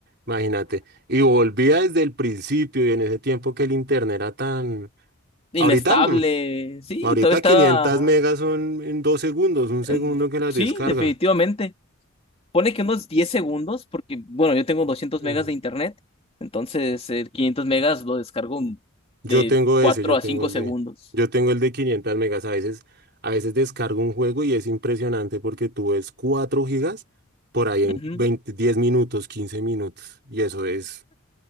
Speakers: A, on the right (about 50°); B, on the left (about 25°).
A: imagínate. Y volvía desde el principio y en ese tiempo que el internet era tan...
B: Inestable,
A: Ahorita, mm,
B: sí,
A: ahorita
B: todo estaba...
A: 500 megas son en dos segundos, un segundo
B: mm,
A: que las
B: Sí,
A: descarga.
B: definitivamente. Pone que unos 10 segundos, porque, bueno, yo tengo doscientos
A: Mm.
B: megas de internet, entonces el 500 megas lo descargo
A: Yo
B: de
A: tengo
B: 4
A: ese, yo
B: a
A: tengo
B: 5
A: el
B: segundos.
A: de, yo tengo el de 500 megas. A veces, a veces descargo un juego y es impresionante porque tú ves 4 gigas por ahí en
B: Ujú.
A: 20 10 minutos, 15 minutos. Y eso es,